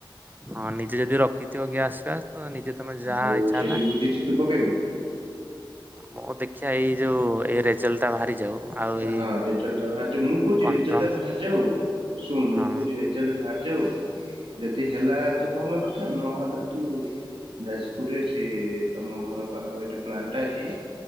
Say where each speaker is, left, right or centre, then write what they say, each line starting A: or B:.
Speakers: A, on the right; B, on the right.
A: ହଁ ନିଜେ ଯଦି ରଖିଥିବ ଗ୍ୟାସ ଫିଆସ୍ ତମେ ନିଜେ ତମେ ଯାହା
B: ଆଉ
A: ଇଚ୍ଛା
B: ସେଇଠି
A: ହେଲା
B: ବୁଝିଛି ତୁ ପକେଇବୁ?
A: ମୁଁ ଦେଖିବା ଏଇ ଯୋଉ ଏଇ ରେଜେଲ ଟା ବାହାରି ଯାଉ। ଆଉ ଏଇ
B: ହଁ ରେଜଲ୍ଟ ଟା ବାହାରି ଯା ମୁଁ କହୁଛି
A: କନଫର୍ମ
B: ରେଜଲ୍ଟ ଟା ବାହାରିଯାଉ ଶୁଣ ମୁଁ
A: ହଁ
B: କହୁଛି ରେ ଜଲ୍ଟ ବାହାରି ଯାଉ ଯଦି ହେଲା ତ ଭଲ କଥା ନହେଲେ ତୁ ଯାଜପୁରରେ ସେ ତମ ଘର ପାଖାପଖି ଯୋଉ ପ୍ଲାନଟା ଅଛି।